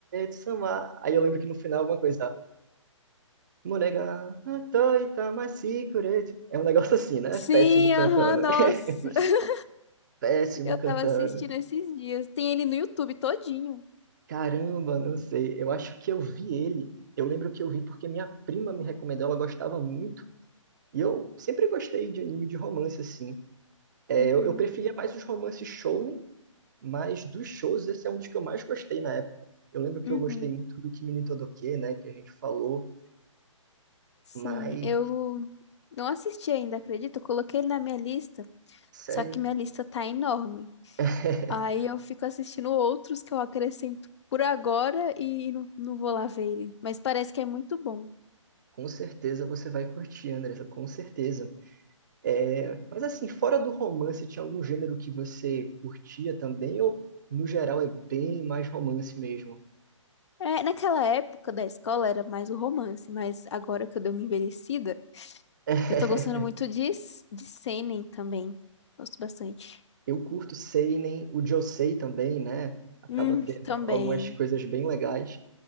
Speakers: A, on the right; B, on the left.
A: Sama. Aí eu lembro que no final alguma coisa. Monega, natoi tamasi kuretsu." É um negócio assim, né?
B: Sim,
A: Péssimo cantando.
B: aham, nossa.
A: <laughs>
B: <laughs>
A: Péssimo
B: Eu
A: cantando.
B: tava assistindo esses dias. Tem ele no YouTube todinho.
A: Caramba, não sei. Eu acho que eu vi ele. Eu lembro que eu vi porque minha prima me recomendou, ela gostava muito. E eu sempre gostei de anime de romance, assim. É,
B: Uhum,
A: eu, eu preferia mais os romances shonen Mas dos shows, esse é um dos que eu mais gostei na época. Eu lembro que
B: uhum.
A: eu gostei muito do Kimi ni Todoke, né, que a gente falou,
B: Sim,
A: mas,
B: eu não assisti ainda, acredito Eu coloquei ele na minha lista,
A: sério,
B: só que minha lista tá enorme.
A: <laughs>
B: Aí eu fico assistindo outros que eu acrescento por agora e não, não vou lá ver ele. Mas parece que é muito bom.
A: com certeza você vai curtir, Andressa, com certeza. É, mas assim, fora do romance, tinha algum gênero que você curtia também, ou no geral é bem mais romance mesmo?
B: É, naquela época da escola era mais o romance, mas agora que eu dei uma envelhecida,
A: <laughs>
B: eu tô gostando muito de, s- de seinen também. Gosto bastante.
A: Eu curto seinen, o Josei também, né? Acaba
B: Hum,
A: tendo
B: também.
A: algumas coisas bem legais.